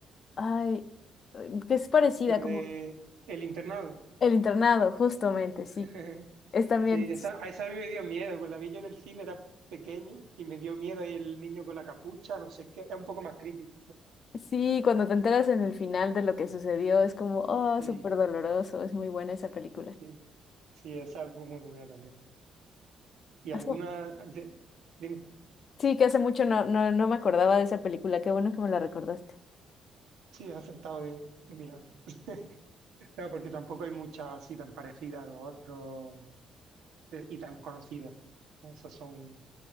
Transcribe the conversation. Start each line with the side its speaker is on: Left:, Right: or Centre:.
Left: ay, eh, que es parecida,
Right: La
Left: como
Right: de El internado.
Left: El Internado, justamente, sí.
Right: <laughs>
Left: Es también.
Right: Sí, esa, a esa a mí me dio miedo, pues la vi yo en el cine, era pequeño y me dio miedo ahí el niño con la capucha, no sé qué, es un poco más creepy, ¿no?
Left: Sí, cuando te enteras en el final de lo que sucedió, es como, oh,
Right: Sí.
Left: súper doloroso, es muy buena esa película.
Right: Sí, sí, esa fue muy buena también. ¿Y
Left: Hace-
Right: alguna? de- dime,
Left: Sí, que hace mucho no, no, no me acordaba de esa película, qué bueno que me la recordaste.
Right: sí, he acertado de, de milagro. <laughs> Claro, porque tampoco hay muchas así tan parecidas a los otros eh, y tan conocidas. Esas son